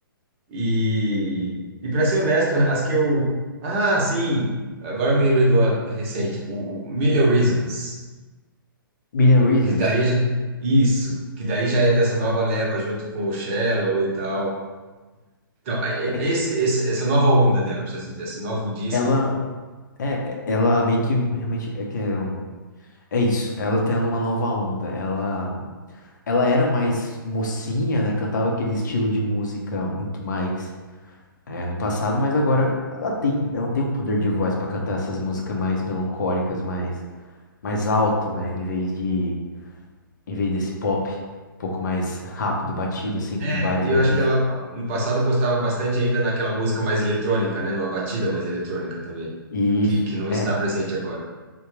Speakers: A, on the right; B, on the left.
A: E, e para ser honesto, as que eu. Ah, sim! Agora eu me lembrei de uma recente, o o Million Reasons,
B: Million Reasons.
A: que daí já. Isso, que daí já é dessa nova leva junto com o Shallow e tal. Então, a- e-
B: É,
A: esse, esse- essa nova onda dela, precisa assim dizer, esse novo disco.
B: ela, é, é- ela meio que realmente é, que, hum, é isso. Ela tendo uma nova onda. Ela, ela era mais mocinha, né? Cantava aquele estilo de música muito mais É, no passado, mas agora ela tem, ela tem um poder de voz pra cantar essas músicas mais melancólicas, mais mais alto, né, em vez de em vez desse pop um pouco mais rápido, batido assim, com
A: É,
B: várias
A: e
B: batidas.
A: eu acho que ela no passado postava bastante ainda naquela música mais eletrônica, né? Numa batida mais eletrônica também,
B: E
A: que,
B: isso
A: que não
B: era.
A: está presente agora.